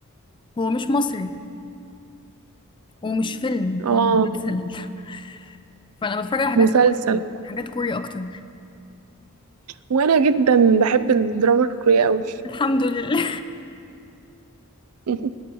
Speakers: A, on the left; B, on the right.
A: هو مش مصري ومش فيلم
B: اه
A: هو مسلسل <laughs> فانا بتفرج على حاجات
B: مسلسل
A: كوري حاجات كوري اكتر
B: وانا جدا بحب الدراما الكورية قوي
A: الحمد لله
B: <laughs>